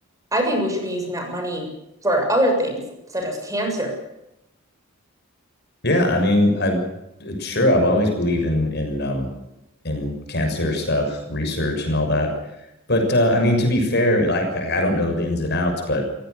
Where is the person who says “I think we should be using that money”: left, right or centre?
Right